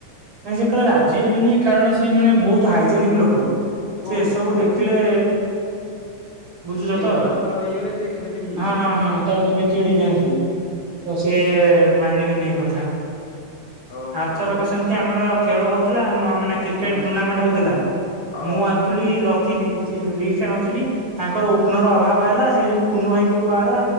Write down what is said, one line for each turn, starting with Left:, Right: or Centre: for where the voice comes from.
Right: ନାଇଁ ସେ କାଳେ ରାଜି ହେବେନି କାରଣ ସିଏ ମାନେ ବହୁତ ହାଇଜେନିକ୍ ଲୋକ। ସିଏ
Left: ଓହୋ
Right: ଏସବୁ
Left: ହାଇଜିନ୍
Right: ଦେଖିଲେ ବୁଝୁଛ
Left: ଟିକେ
Right: ତ
Left: ଝାଳ
Right: ହଁ
Left: ଫାଳ ହେଇଗଲେ ଟିକେ ଚିଡା ଚିଡି ହେଇଯିବେ
Right: ହଁ ହଁ
Left: ନା
Right: ହଁ ତ ଟିକେ ଚିଡି ଯାଆନ୍ତି ତ ସିଏ ମାନିବେନି ଏ କଥା।
Left: ଓହୋ
Right: ଆର୍ ଥରକ
Left: ତାହେଲେ
Right: ସେ ସେମତି ଆମର ଖେଳ ହଉଥିଲା ମ ମାନେ କ୍ରିକେଟ୍
Left: ହଁ
Right: ଟୁର୍ଣ୍ଣାମେଣ୍ଟ ହଉଥିଲା
Left: ଅ
Right: ମୁଁ ଆ ଆକ୍ଚୁଲି ନଥିଲି କିଛି ଲିଷ୍ଟ୍ ରେ ନଥିଲି ତାଙ୍କର ଓପନର ଅଭାବ ହେଲା ସେଇ ଯୋଗୁରୁ କୁନୁ ଭାଇଙ୍କୁ କୁହା ହେଲା